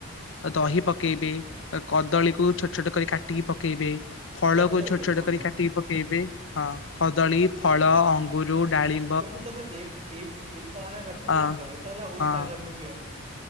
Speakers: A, on the left; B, on the right.
A: ଦହି ପକେଇବେ କଦଳୀକୁୁ ଛୋଟ ଛୋଟ କରି କାଟିକି ପକେଇବେ। ଫଳକୁ
B: କଦଳୀ
A: ଛୋଟ ଛୋଟ
B: ହଁ
A: କରି
B: ହଁ
A: କାଟିକି ପକେଇବେ ହଁ କଦଳୀ ଫଳ ଅଙ୍ଗୁର ଡାଳି
B: ଓ ତମେ ଏ ଏ ଏ ପଣା କଥା
A: ଅ
B: କହୁଥିଲ ଏଇଟା ହେଲା ଓଷାକଲେ
A: ହଁ
B: ପିଅନ୍ତି।